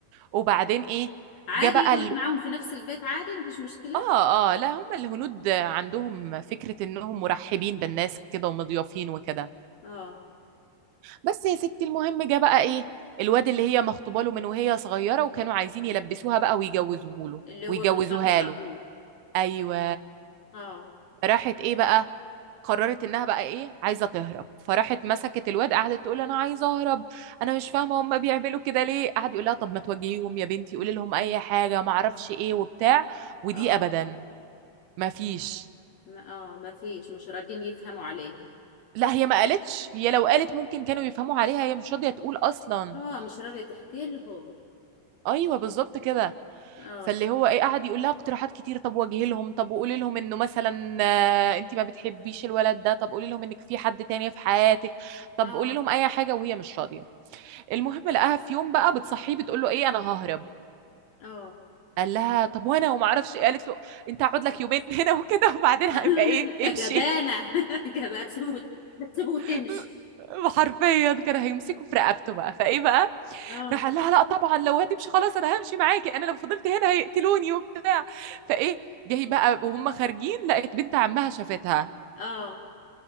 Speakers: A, on the right; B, on the left.
A: وبعدين ايه
B: عادي
A: جه بقى
B: يقعد
A: ال...
B: معاهم في نفس البيت عادي مفيش مشكلة
A: اه اه لا هم الهنود عندهم فكره انهم مرحبين بالناس كده ومضيافين وكده
B: اه
A: بس يا ستي المهم جه بقى ايه الواد اللي هي مخطوبه له من وهي صغيره وكانوا عايزين يلبسوها بقى ويجوزوه له
B: اللي هو
A: ويجوزوها
B: ابن صاحب ابوه
A: له ايوه
B: اه
A: راحت ايه بقى قررت انها بقى ايه عايزه تهرب فراحت مسكت الواد قعدت تقول انا عايزه اهرب انا مش فاهمه هم بيعملوا كده ليه قعد يقول لها طب ما تواجهيهم يا بنتي قولي لهم اي حاجه ما اعرفش ايه وبتاع ودي
B: اه
A: ابدا ما فيش
B: ما اه مفيش مش راضين يفهموا عليها
A: لا هي ما قالتش هي لو قالت ممكن كانوا يفهموا عليها هي مش راضيه تقول اصلا
B: اه مش راضية تحكي لهم
A: ايوه بالظبط كده
B: اه
A: فاللي هو ايه قعد يقول لها اقتراحات كتير طب واجهي لهم طب وقولي لهم انه مثلا آه، انت ما بتحبيش الولد ده طب قولي لهم انك في حد تاني في حياتك طب
B: اه
A: قولي لهم اي حاجه وهي مش راضيه المهم لقاها في يوم بقى بتصحيه بتقول له ايه انا ههرب
B: اه
A: قال لها طب وانا وما اعرفش إيه؟ قالت له انت هقعد لك يومين <laughs> هنا وكده وبعدين
B: <laughs>
A: هيبقى ايه
B: انت جبانة
A: امشي
B: <laughs> جبانة هتسيبه وت- هتسيبه وتمشي
A: <laughs> حرفيا كان هيمسكه في رقبته بقى فايه بقى
B: اه
A: راح قال لها لا طبعا لو هتمشي خلاص انا همشي معاكي انا لو فضلت هنا هيقتلوني وبتاع فايه جاي بقى وهم خارجين لقت بنت عمها شافتها
B: اه